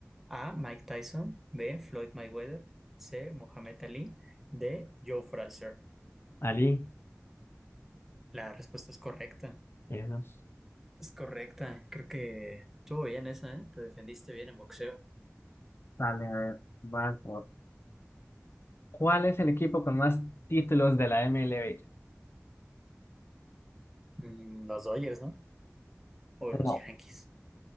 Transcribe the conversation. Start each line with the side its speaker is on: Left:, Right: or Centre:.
Centre: A. Mike Tyson. B. Floyd Mayweather. C. Mohamed Ali. D. Joe Frazier.
Left: Ali.
Centre: La respuesta es correcta.
Left: Eso.
Centre: Es correcta. Creo que estuvo bien esa, ¿eh? Te defendiste bien en boxeo.
Left: Dale, a ver, vas vos. ¿Cuál es el equipo con más títulos de la MLB?
Centre: Mm, Los Dodgers, ¿no? O los
Left: No.
Centre: Yankees.